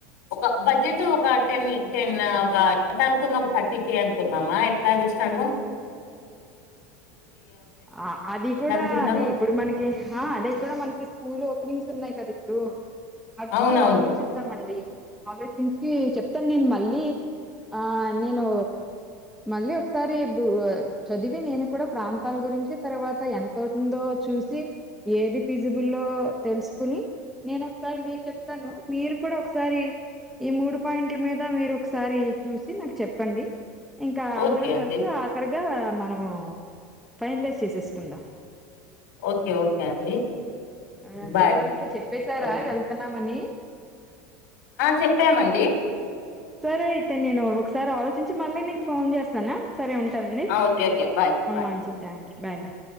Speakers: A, on the left; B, in the centre.
A: ఒక బడ్జెట్ ఒక టెన్ టెన్ ఒక ఎంత అనుకుంద ఒక థర్టీ కే అనుకుందామా ఎట్లాస్తుండ
B: ఆ అది కూడా
A: అనుకుంటారు
B: అదే ఇప్పుడు మనకి ఆ అదే కూడా మనకి స్కూల్ ంగ్స్ ఉన్నాయి కదా ఇప్పుడు అవి
A: అవునవును
B: కూడా ఆలోచిద్దామండి ఆలోచించి చెప్తాను నేను మళ్ళీ ఆ నేను మళ్ళీ ఒకసారి చదివి నేను కూడా ప్రాంత రాల గురించి తర్వాత ఎంతవుతుందో చూసి ఏది ఫిజిబుల్లో తెలుసుకుని నేను ఒకసారి మీకు చెప్తాను మీరు కూడా ఒకసారి ఈ మూడు పాయింట్ల మీద మీరు ఒక ఒకసారి చూసి నాకు చెప్పండి ఇంకా
A: ఓకే
B: అందరం
A: అండి
B: కలిసి ఆఖరిగా మనము ఫైనలైజ్ చేసేసుకుందా
A: ఓకే ఓకే అండి
B: ఆ,
A: బాయ్
B: పిల్లలకి చెప్పేశారా
A: ఓకే
B: వెళ్తున్నామని
A: చెప్పామండి
B: సరే అయితే నేను ఒకసారి ఆలోచించి మళ్ళీ నీకు ఫోన్ చేస్తానా సరే ఉంటానండి
A: ఆ ఓకే ఓకే బాయ్ బాయ్
B: మంచి థ్యాంక్ యూ బాయ్ బాయ్